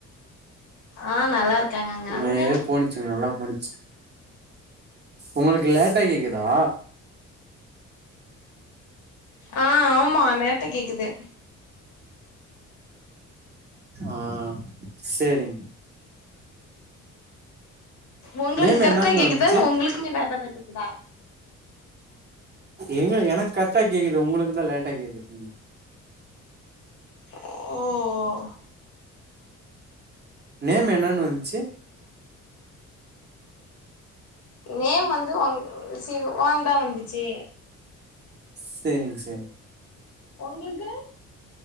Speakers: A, on the left; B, on the right.
A: ஆ நல்லா இருக்காங்கங்க
B: ஆ
A: அங்க
B: ஏதோ போணுச்சுங்க நல்லா போனுச்சு உங்களுக்கு லேட்டா கேக்குதா
A: ஆ ஆமா நேத்த கேக்குது
B: ஆ சேரிங்
A: உங்களுக்கு
B: நேம்
A: கரெக்டா
B: என்னங்க
A: கேக்குதா
B: வந்துச்சு
A: இல்ல உங்களுக்குமே லேட்டா தா கேக்குதா
B: எங்க எனக்கு கரெக்டா கேக்குது உங்களுக்கு தா லேட்டா கேக்குது
A: ஓ ஓ
B: நேம் என்னன்னு வந்துச்சு
A: நேம் வந்து உங் சிவான் தா வந்துச்சு
B: சேரிங்க சேரி
A: உங்களுக்கு